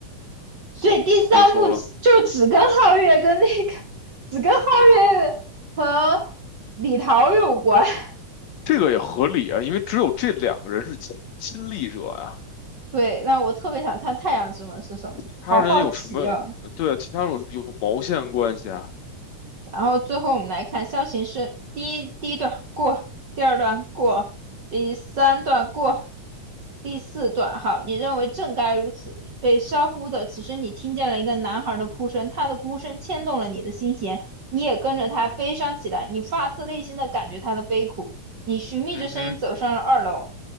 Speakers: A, on the right; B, on the left.
A: 所以第三幕就只跟皓月跟那个，
B: 结束了，
A: 只跟皓月和李桃有关。<laughs>
B: 这个也合理啊，因为只有这两个人是亲亲历者呀、
A: 对，那我特别想看太阳之门是什么，
B: 他人有什么？
A: 好好奇啊。
B: 对啊，其他人有有毛线关系啊？
A: 然后最后我们来看象形是第一第一段过，第二段过，第三段过，第四段好，你认为正该如此，被烧忽的。此时你听见了一个男孩的哭声，他的哭声牵动了你的心弦，你也跟着他悲伤起来，你发自内心的感觉他的悲苦。你寻觅着声音走上了二楼，
B: 嗯哼，